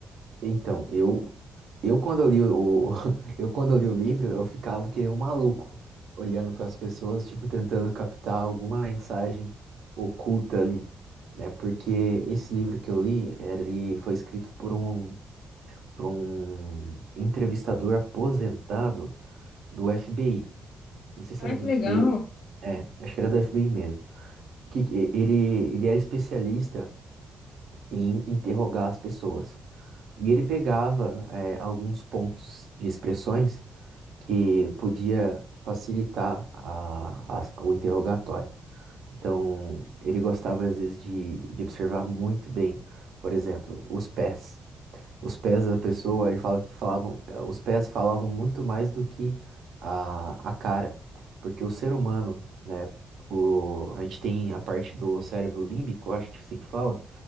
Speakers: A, on the right; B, on the left.
A: Então, eu, eu quando eu li o, o- <laughs> eu quando eu li o livro, eu ficava que nem um maluco, olhando para as pessoas, tipo, tentando captar alguma mensagem oculta ali, né? Porque esse livro que eu li, ele foi escrito por um, por um entrevistador aposentado do FBI. Não sei
B: Ai,
A: se era
B: que legal.
A: do FBI, ou- é, acho que era do FBI mesmo. Que, que- ele, ele era especialista em interrogar as pessoas. E ele pegava é, alguns pontos de expressões que podia facilitar a- a- o interrogatório. Então, ele gostava às vezes de, de observar muito bem, por exemplo, os pés. Os pés da pessoa, ele falava que falavam, eh, os pés falavam muito mais do que a, a cara, porque o ser humano, né, o, a gente tem a parte do cérebro límbico, eu acho que é assim que fala,